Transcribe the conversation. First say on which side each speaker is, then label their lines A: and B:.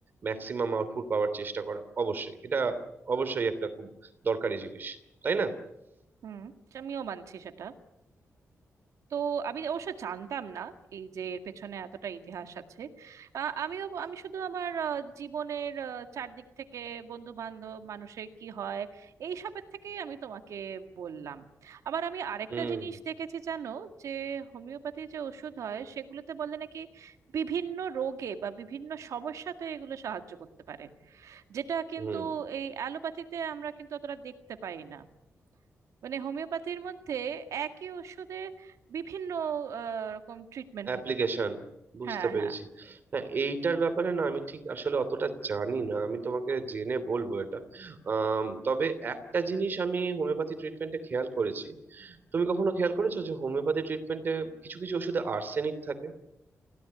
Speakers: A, on the right; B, on the right.
A: ম্যাক্সিমাম আউটপুট পাওয়ার চেষ্টা করা অবশ্যই এটা অবশ্যই একটা খুব দরকারি জিনিস তাই না
B: হুম আমিও মানছি সেটা তো আমি অবশ্য জানতাম না এই যে এর পেছনে এতটা ইতিহাস আছে আ, আমিও আমি শুধু আমার আ, জীবনের আ, চারদিক থেকে বন্ধু বান্ধব মানুষের কি হয় এই সবের থেকেই আমি তোমাকে বললাম আবার আমি আরেকটা
A: হুম
B: জিনিস দেখেছি জানো যে হোমিওপ্যাথি যে ওষুধ হয় সেগুলোতে বলে নাকি বিভিন্ন রোগে বা বিভিন্ন সমস্যাতে এগুলো সাহায্য করতে পারে যেটা কিন্তু
A: হুম
B: এই অ্যালোপ্যাথিতে আমরা কিন্তু অতটা দেখতে পাই না মানে হোমিওপ্যাথির মধ্যে একই ওষুধে বিভিন্ন আহ, রকম ট্রিটমেন্ট
A: অ্যাপ্লিকেশন
B: হতে পারে
A: বুঝতে
B: হ্যাঁ
A: পেরেছি
B: হ্যাঁ
A: হ্যাঁ এইটার ব্যাপারে না আমি ঠিক আসলে অতটা জানি না আমি তোমাকে জেনে বলবো এটা আম, তবে একটা জিনিস আমি হোমিওপ্যাথি ট্রিটমেন্টে খেয়াল করেছি তুমি কখনো খেয়াল করেছো যে হোমিওপ্যাথি ট্রিটমেন্টে কিছু কিছু ওষুধে আর্সেনিক থাকে